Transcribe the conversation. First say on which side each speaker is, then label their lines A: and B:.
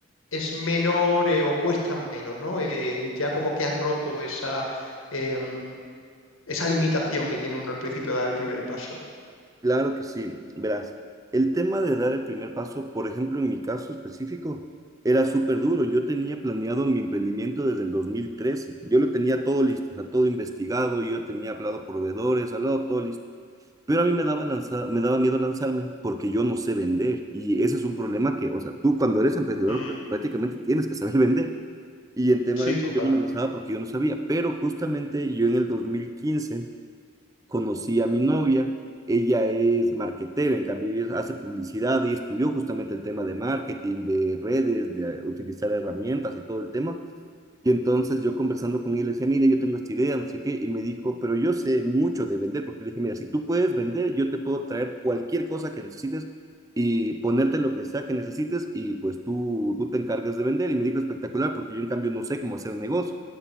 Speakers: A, on the left; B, on the right.
A: es menor eh, o cuesta menos, ¿no? Eh, ya como que has roto esa, eh, mm, esa limitación que tiene uno al principio de dar el primer paso.
B: Claro que sí, verás, el tema de dar el primer paso, por ejemplo, en mi caso específico, era súper duro. Yo tenía planeado mi emprendimiento desde el 2013. Yo lo tenía todo listo, o sea, todo investigado, yo tenía hablado proveedores, hablado todo listo. Pero a mí me daba, lanza- me daba miedo lanzarme porque yo no sé vender. Y ese es un problema que, o sea, tú cuando eres emprendedor
A: Mm,
B: pues, prácticamente tienes que saber <laughs> vender. Y en tema
A: sí,
B: de
A: total.
B: yo no me lanzaba porque yo no sabía. Pero justamente yo en el 2015 conocí a mi novia, ella es marketera, en cambio ella hace publicidad y estudió justamente el tema de marketing, de redes, de utilizar herramientas y todo el tema. Y entonces yo conversando con él, le decía, mire, yo tengo esta idea, no sé qué, y me dijo, pero yo sé mucho de vender, porque le dije, mira, si tú puedes vender, yo te puedo traer cualquier cosa que necesites y ponerte lo que sea que necesites y pues tú, tú te encargas de vender. Y me dijo, espectacular, porque yo en cambio no sé cómo hacer un negocio.